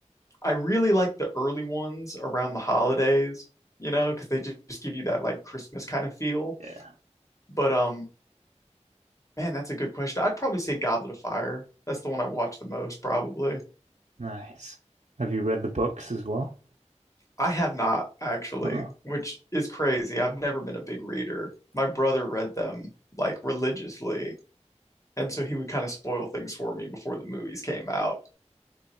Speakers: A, on the left; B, on the right.
A: I really like the early ones around the holidays, you know, because they just give you that like Christmas kind of feel.
B: Yeah,
A: But um, man, that's a good question. I'd probably say Goblet of Fire. That's the one I watch the most, probably.
B: nice. Have you read the books as well?
A: I have not actually,
B: Oh,
A: which is crazy. I've never been a big reader. My brother read them like religiously, and so he would kind of spoil things for me before the movies came out.